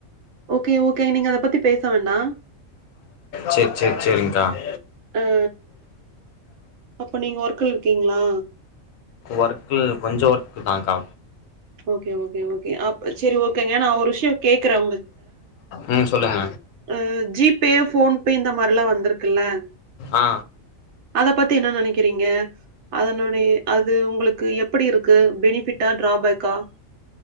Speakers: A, on the right; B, on the left.
A: ஓகே ஓகே நீங்க அத பத்தி பேச வேண்டா
B: சேரி சேரி சேரிங்கக்கா <inaudible>
A: ஆ அப்ப நீங்க ஒர்க்குல இருக்கீங்ளா
B: ஒர்க்குள் கொஞ்ச ஒர்க் தாங்கா
A: ஓகே ஓகே ஓகே அப் சரி ஓகேங்க நா ஒரு விஷயோ கேக்குறே
B: ம் சொல்லுங்க
A: ம் ஜீபே ஃபோன்பே இந்த மாரிலா வந்துருக்குல்ல
B: ஆ
A: அத பத்தி என்ன நெனக்கிறீங்க அதனுடைய அது உங்களுக்கு எப்புடி இருக்கு பெனிஃபிட்டா ட்ராபேக்கா ஆ